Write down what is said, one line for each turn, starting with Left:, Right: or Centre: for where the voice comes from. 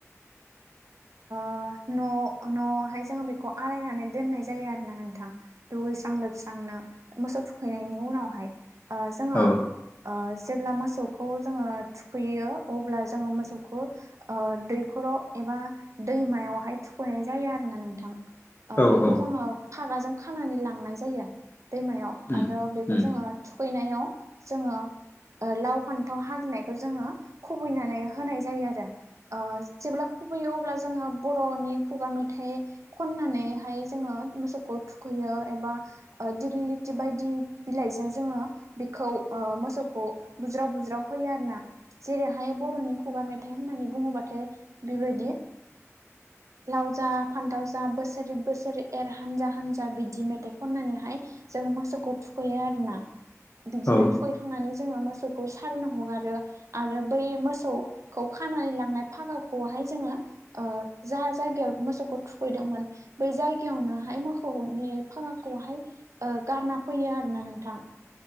Left: <inaudible>
Right: ओ न-नहाय जोंङो बेखौ आलायनानै दोननाय जायो आरोना नोंथां। दुगैस्रां लोबस्रांनो मोसौ थुखैनायनि उनावहाय ओ जोंङो
Left: औ
Right: ओ जेब्ला मोसौखौ जोंङो थुखैयो अब्ला जोंङो मोसौखौ ओ दैखराव एबा दैमायावहाय थुखैनाय जायो आरोना नोंथां ओ
Left: औ
Right: बेखौ
Left: औ
Right: जोङो। फागाजों खानानै लांनाय जायो दैमायाव
Left: उम
Right: आरो बेखौ
Left: उम
Right: जोङो थुखैनायाव। जोङो। लाव फान्थाव हाग्लिनायखौ जोङो खुबैनानै होनाय जायो आरो जेब्ला। खुबैयो अब्ला जोङो बर'नि खुगा मेथाइ खननानैहाय जोङो मोसौखौ थुखै। होयो एबा दि लिथि बायदि बिलाइजों जोङो बिखौ मोसौखौ। बुज्राव बुज्राव होयो आरोना जेरैहाय बर'नि खुगा मेथाइ होननानै बुङोबाथाय। बेबायदि। लाव जा फानथाव जा बोसोरै बोसोरै एर हानजा हानजा बिदि मेथाइ खननानैहाय। जों मोसौखौ थुखैयो आरोना बिदिनो
Left: औ
Right: थुखैखांनानै। जों मोसौखौ सारोन हगारो आरो बै मोसौखौ खानानै लांनाय फागाखौ। खौहाय जोङो जा जायगायाव मोसौखौ थुखैदोंमोन बै जायगायावनोहाय। मोसौनि फागाखौहाय गारना फैयो आरोना नोंथां।